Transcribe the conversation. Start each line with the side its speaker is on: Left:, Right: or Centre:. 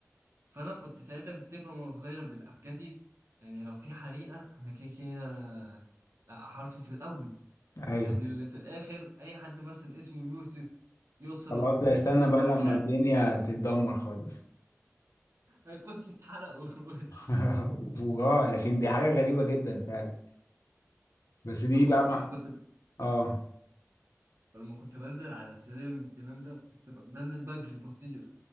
Right: فأنا كنت ساعتها بفتكر وأنا صغير بالأبجدي يعني لو في حريقة أنا كده كده حرفي في الأول
Left: ايوه
Right: يعني اللي في الآخر أي حد مثلا اسمه يوسف يسرى
Left: خلاص ده استنى
Right: يسري
Left: بقى لما
Right: مش عارف
Left: الدنيا تتدمر خالص
Right: هيكون اتحرقوا <laughs>
Left: <laughs> واه لكن دي حاجه غريبه جدا فعلا بس دي
Right: فكنت
Left: بقى مع...
Right: لما كنت
Left: اه
Right: لما كنت بنزل على السلم والكلام ده كنت ب- بنزل بجري بطير